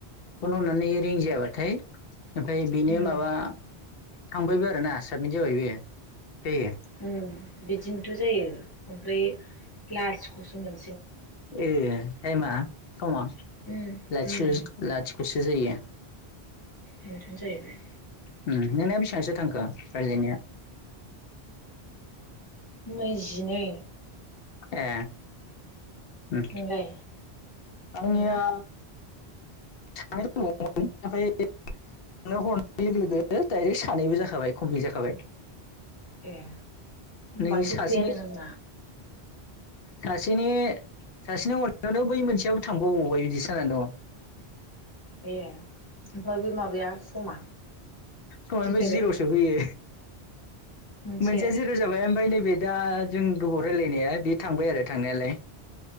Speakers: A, on the left; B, on the left.
A: फन हरनानै रिं जायाबाथाय ओमफ्राय बेनो
B: उम
A: माबा थांबायबो आरो ना साबमिट जाबाय बेयो जायो
B: उम बिदिनो बेथ' जायो ओमफ्राय लाथिख'सो जोङो
A: ए टाइमा समा
B: उम
A: लाथिख'
B: उम
A: लाथिख'सो जायो
B: बेथनो जाहैबाय
A: नोंना बेसेबांसो थांखो रायलायनाया
B: नैजिनै
A: ए उम
B: नोंलाय
A: आंनिया
B: नोंना
A: सानै दङमोन ओमफ्राय हरनाय लोगो दाइरेग सानैबो जाखाबाय कमप्लिट जाखाबाय
B: ए होमबा
A: नोंनि
B: जोब्बायानो
A: सासेनि
B: नोंना
A: सासेनि सासेनि जानो बै मोनसेयाव थांफाबावबाय बिदिसो जाना दं
B: ए ओमफ्राय बे माबाया समा
A: समानो
B: देखायबाय
A: बै जिर'सो बैयो
B: मोनसे
A: मोनसेया जिर' जाबाय ओमफ्राय नैबे दा जों गोबाव रायलायनाया बे थांबाय आरो थांनायालाय